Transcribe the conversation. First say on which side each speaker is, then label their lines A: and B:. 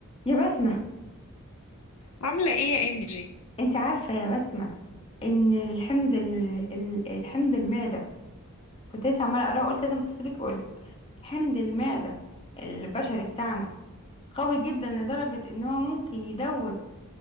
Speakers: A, on the left; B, on the left.
A: يا بسمة
B: عاملة ايه يا انجي
A: انت عارفة يا بسمة ان الحمض ال... ال- حمض المعدة كنت لسه عمالة اقراه قلت لازم اتصلك اقولك حمض المعدة البشري بتاعنا قوي جدا لدرجة ان هو ممكن يدوب